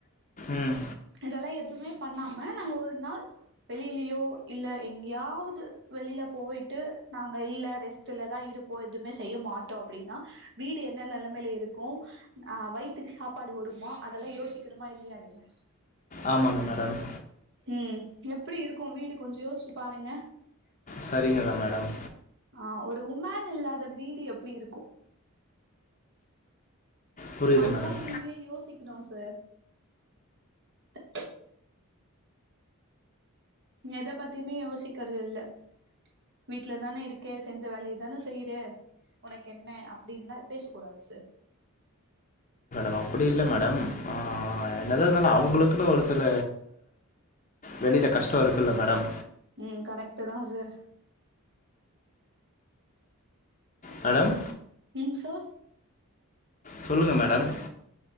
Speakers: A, on the left; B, on the right.
A: ம்
B: இதெல்லா எதுமே பண்ணாம நாங்க ஒரு நாள் வெளிலயோ இல்ல எங்கயாவது வெளில போயிட்டு நாங்க இல்ல ரெஸ்ட்டுலதா இரு ந்துபோ எதுமே செய்ய மாட்டோ அப்டினா வீடு என்ன நெலமேல இருக்கு அ வயித்துக்கு சாப்பாடு ஒருமோ அதெல்லா யோசிக்கணுமா இல்லையா நீங்க
A: ஆமாங்க மேடம்
B: ம் எப்டி இருக்கு வீடு கொஞ்சோ யோசிச்சு பாருங்க
A: சரிங்கதா மேடம்
B: ஆ ஒரு உமேன் இல்லாத வீடு எப்டி இருக்கு
A: புரியுது
B: அதனால
A: மேடம்
B: நீங்களே யோசிக்கணு ஸ் த மெத பத்தியுமே யோசிக்கறது இல்ல வீட்ல தான இருக்கே செஞ்ச வேலயே தான செய்றே உனக்கு என்ன அப்டின்லா பேச கூடாது சு
A: அப்டி இல்ல மேடம் அ என்னதா இருந்தாலு அவுங்களுக்குனு ஒரு சில வெளில கஷ்டோ இருக்குல்ல மேடம்
B: ம் கரெக்ட்டு தான் சார்
A: மேடம்
B: ம் சார்
A: சொல்லுங்க மேடம்